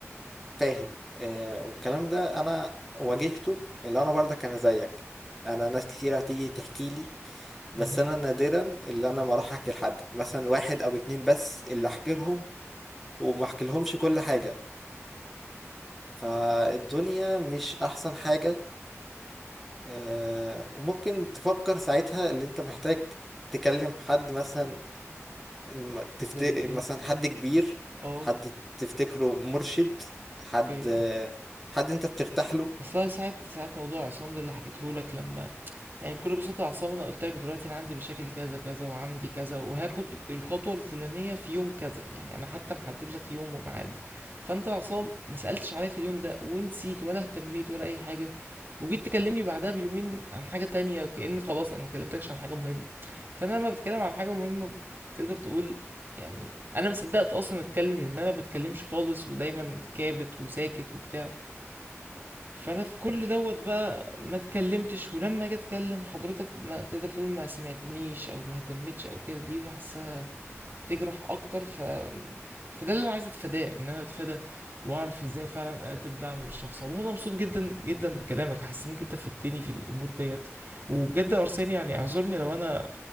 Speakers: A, in the centre; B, on the right.
A: فاهم آه والكلام ده انا واجهته اللي انا برضه كان زيك انا ناس كتير هتيجي تحكي لي بس
B: مهم.
A: انا نادرا اللي انا ما اروح احكي لحد مثلا واحد او اتنين بس اللي احكي لهم وما احكي لهمش كل حاجة فالدنيا مش احسن حاجة آه، وممكن تفكر ساعتها اللي انت محتاج تكلم حد مثلا م- تفت...
B: زي ايه
A: مثلا حد كبير
B: اه
A: حد تفتكره مرشد حد
B: اوكي
A: آه،
B: اه
A: حد انت بترتاح له
B: اصلا ساعه ساعه موضوع عصام ده اللي حكيته لك لما يعني بكل بساطه يا عصام انا قلت لك دلوقتي انا عندي مشاكل كذا كذا وعندي كذا وهاخد الخطوه الفلانيه في يوم كذا يعني انا حتى محدد لك يوم وميعاد فانت يا عصام ما سالتش عليا في اليوم ده ونسيت ولا اهتميت ولا اي حاجه وجيت تكلمني بعدها بيومين عن حاجه تانية كأن خلاص انا ما كلمتكش عن حاجه مهمه فانا لما بتكلم عن حاجه مهمه تقدر تقول يعني انا مصدقت اصلا اتكلم لان انا ما بتكلمش خالص ودايما كابت وساكت وبتاع فانا في كل دوت بقى ما اتكلمتش ولما اجي اتكلم حضرتك ما تقدر تقول ما سمعتنيش او ما اهتمتش او كده دي بحسها بتجرح اكتر ف فده اللي انا عايز اتفاداه ان انا اتفادى واعرف ازاي فعلا اقدم دعم للشخص عموما انا مبسوط جدا جدا بكلامك حاسس انك انت فدتني في الامور ديت وبجد يا ارساني يعني اعذرني لو انا